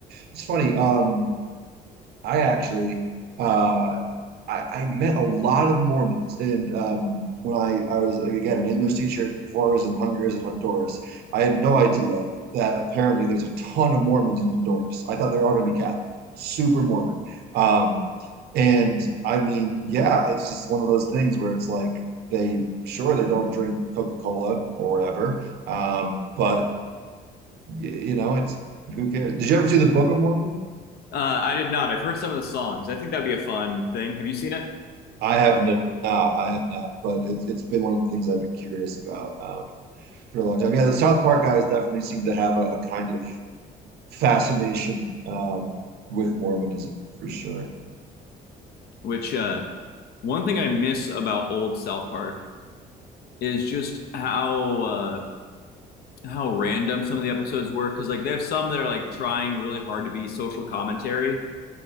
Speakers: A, on the right; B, on the left.
A: it's funny. Um, I actually, uh, I, I met a lot of Mormons. And um, when I, I was, like, again, an English teacher before I was in Honduras and Honduras, I had no idea that apparently there's a ton of Mormons in Honduras. I thought they were all going to be Catholic, super Mormon. Um, and I mean, yeah, it's just one of those things where it's like they, sure, they don't drink Coca-Cola or whatever, um, but, y- you know, it's, who cares? Did you ever see the Book of Mormon?
B: uh, I did not. I've heard some of the songs. I think that'd be a fun thing. Have you seen it?
A: I have no, not. I have not, but it's it's been one of the things I've been curious about um, for a long time. Yeah, the South Park guys definitely seem to have a, a kind of fascination um, with Mormonism for sure.
B: Which uh, one thing I miss about old South Park is just how uh, how random some of the episodes were because like they have some that are like trying really hard to be social commentary